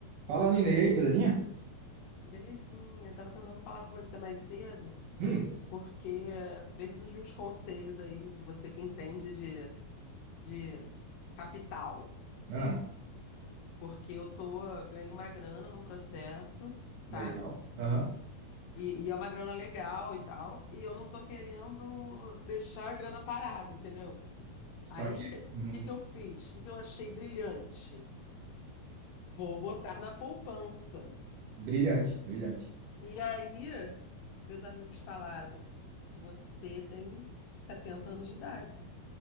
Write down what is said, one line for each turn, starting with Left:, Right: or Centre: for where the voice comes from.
Right: Fala, Nina. E aí, belezinha?
Left: Belezinha, eu tava tentando falar com você mais cedo,
Right: Hum,
Left: porque preciso de uns conselhos aí, de você que entende de, de capital.
Right: ah,
Left: Porque eu tô, ganhei uma grana num processo,
Right: legal.
Left: tá?
Right: Aham.
Left: E, e é uma grana legal e tal, e eu não tô querendo deixar a grana parada, entendeu?
Right: Só
Left: Aí,
Right: que,
Left: o
Right: uhum.
Left: que que eu fiz? O que que eu achei brilhante? Vou botar na poupança.
Right: Brilhante, brilhante.
Left: E aí, meus amigos falaram, você tem 70 anos de idade.